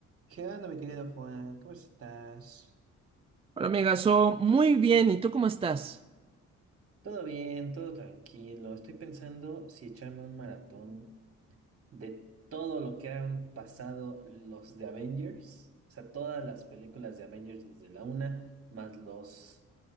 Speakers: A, on the right (about 50°); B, on the right (about 20°).
A: ¿Qué onda, mi querido Juan? ¿Cómo estás?
B: Hola, amiga, So, Muy bien. ¿Y tú cómo estás?
A: Todo bien, todo tranquilo. Estoy pensando si echarme un maratón de todo lo que han pasado los de Avengers. O sea, todas las películas de Avengers desde la una, más los,